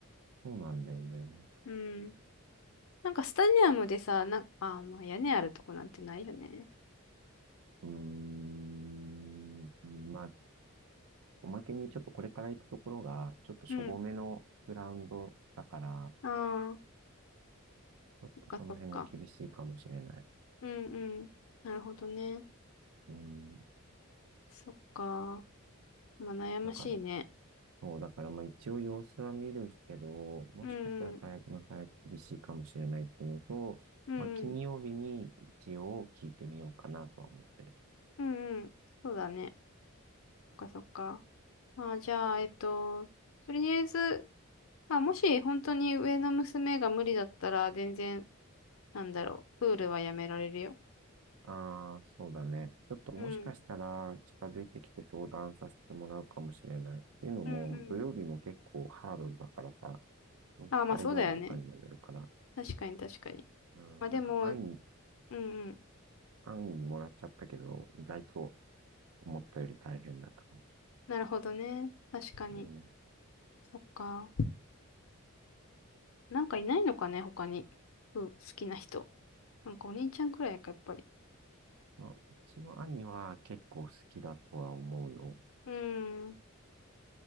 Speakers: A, on the right; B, on the left.
A: そうなんだよね。
B: うん。なんかスタジアムでさ、な、あー、まあ屋根あるとこなんてないよね。
A: うーん、まあ、おまけにちょっとこれから行くところが、ちょっとしょぼめのグラウンドだから、
B: うん。ああ、
A: ちょっとその辺が厳しいかもしれない。
B: そっかそっか。うんうん。なるほどね。
A: うん、
B: そっか。まあ悩ましいね。
A: だから、そう、だからまあ一応様子は見るけど、もしかしたら最悪の最悪厳しいかもしれないっていうのと、
B: うんうん。うんうん。
A: まあ金曜日に一応聞いてみようかなとは思ってる。
B: うんうん。そうだね。そっかそっか。まあじゃあ、えっと、とりあえず、まあもし本当に上の娘が無理だったら全然なんだろう。プールはやめられるよ。
A: ああ、そうだね。ちょっともしかしたら近づいてきて相談させてもらうかもしれない。
B: うん。
A: っていうのも、
B: うんうん
A: 土曜日も結構ハードだからさ、疲れ具合とかにもよるから、
B: ああ、まあそうだよね。確かに確かに。
A: うん、
B: まあでも、
A: なんか安易に、
B: うんうん。
A: 安易にもらっちゃったけど、意外と思ったより大変だったかも。
B: なるほどね。確かに。
A: うん
B: そっか。なんかいないのかね、他に。うん、好きな人。なんかお兄ちゃんくらいか、やっぱり。
A: まあ、うちの兄は結構好きだとは思うよ。
B: うーん。